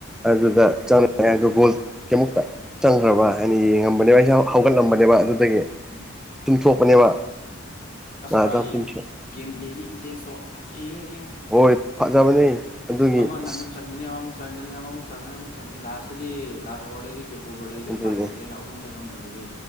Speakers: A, in the centre; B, on the left.
A: ꯑꯗꯨꯗ ꯆꯪꯉꯛꯦ ꯑꯗ ꯒꯣꯜ ꯀꯩꯃꯨꯛꯇ ꯆꯪꯈ꯭ꯔꯕ ꯍꯥꯏꯅ ꯌꯦꯡꯉꯝꯕꯅꯦꯕ ꯑꯩꯥ ꯍꯧꯒꯠꯂꯝꯕꯅꯦꯕ ꯑꯗꯨ ꯑꯗꯒꯤ
B: ꯎꯝ
A: ꯇꯨꯝꯊꯣꯛꯄꯅꯦꯕ
B: ꯑꯁ
A: ꯉꯥꯏꯍꯥꯛꯇꯪ
B: ꯉꯔꯥꯡꯒꯤ
A: ꯇꯨꯝꯊꯣꯛ
B: ꯒꯦꯝ ꯄ꯭ꯂꯦꯅꯤ ꯏꯟꯇꯦꯟꯁꯇꯣ ꯑꯦ
A: ꯑꯣ ꯐꯖꯕꯅꯤ ꯑꯗꯨꯒꯤ
B: ꯑꯃꯅ
A: ꯑꯁ
B: ꯑꯃꯨꯛ ꯆꯪꯒꯅꯤ ꯑꯃꯃꯨꯛ ꯆꯪꯒꯅꯤ ꯑꯃꯃꯨꯛ ꯆꯪꯒꯅꯤ ꯑꯃꯨꯛ ꯆꯪꯅꯤ ꯂꯥꯁꯇꯗꯤ ꯂꯥꯁ ꯑꯋꯥꯔꯗꯗꯤ ꯑꯣꯣꯕꯔꯗꯦꯁꯨ
A: ꯑꯗꯨꯅꯦ
B: ꯎꯄꯥꯏ ꯂꯩꯇ꯭ꯔꯦꯅ ꯑꯍꯨꯝ ꯆꯟꯕ ꯃꯇꯝꯗꯗꯤ